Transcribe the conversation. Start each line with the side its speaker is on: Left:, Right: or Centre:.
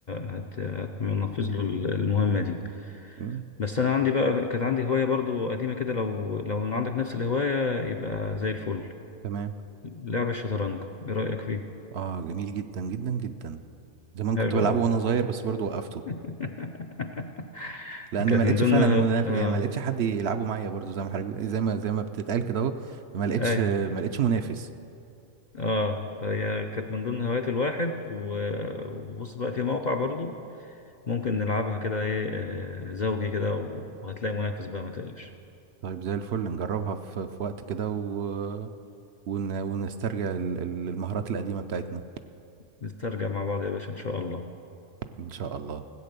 Left: هت هتنفذ له المهمة دي
Right: مم،
Left: بس انا عندي بقى كانت عندي هوايه برضو قديمه كده لو لو عندك نفس الهوايه يبقى زي الفل
Right: تمام
Left: لعب الشطرنج ايه رايك فيه
Right: اه جميل جدا جدا جدا زمان
Left: حلو
Right: كنت بلعبه
Left: قوي
Right: وانا صغير بس برضو وقفته
Left: <laughs>
Right: لان
Left: كانت
Right: ما لقيتش
Left: من ضمن
Right: فعلا منافس
Left: اه
Right: يعني ما لقيتش حد يلعبه معايا برضو زي ما حضرتك زي ما زي ما بتتقال كده اهو ما لقيتش
Left: اي
Right: ما لقيتش منافس
Left: اه فهي كانت من ضمن هوايات الواحد و- وبص بقى في موقع برضو ممكن نلعبها كده ايه آه، زوجي كده وهتلاقي منافس بقى ما تقلقش
Right: طيب زي الفل نجربها في في وقت كده و... ون... ونسترجع ال- ال- المهارات القديمة بتاعتنا
Left: نسترجع مع بعض يا باشا ان شاء الله
Right: إن شاء الله